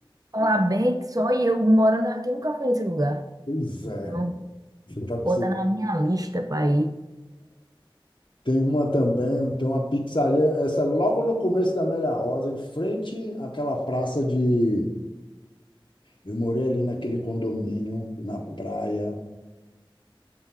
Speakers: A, on the right (about 40°); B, on the left (about 65°).
A: falar bem que só eu morando aqui nunca fui nesse lugar.
B: Pois é,
A: Então,
B: você está precisando.
A: bota na minha lista pra ir.
B: Tem uma também, tem uma pizzaria, essa é logo no começo da Amélia Rosa, em frente àquela praça de. Eu morei ali naquele condomínio, na praia,